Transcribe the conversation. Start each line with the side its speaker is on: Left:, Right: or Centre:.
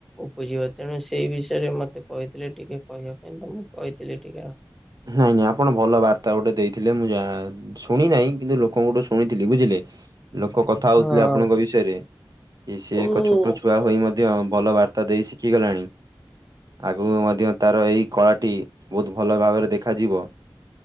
Centre: ଉପୁଜିବ ତେଣୁ ସେଇ ବିଷୟରେ ମତେ କହିଥିଲେ ଟିକେ କହିବା ପାଇଁ ତ ମୁଁ କହିଥିଲି ଟିକେ ଆଉ।
Right: ନାଇଁ ନାଇଁ ଆପଣ ଭଲ ବାର୍ତ୍ତା ଗୋଟେ ଦେଇଥିଲେ ମୁଁ ଯାହା ଶୁଣି ନାହିଁ କିନ୍ତୁ ଲୋକଙ୍କଠୁ ସୁ ଶୁଣିଥିଲି ବୁଝିଲେ ଲୋକ କଥା
Centre: ହଁ
Right: ହୋଉଥିଲେ ଆପଣଙ୍କ ବିଷୟରେ। କି ସିଏ
Centre: ହୁଁ
Right: ଏକ ଛୋଟ ଛୁଆ ହୋଇ ମ ମଧ୍ୟ ବଲ ବାର୍ତ୍ତା ଦେଇ ଶିଖିଗଲାଣି ଆଗୁକୁ ମଧ୍ୟ ତାର ଏଇ କଳାଟି ବୋହୁତ୍ ଭଲ ଭାବରେ ଦେଖାଯିବ,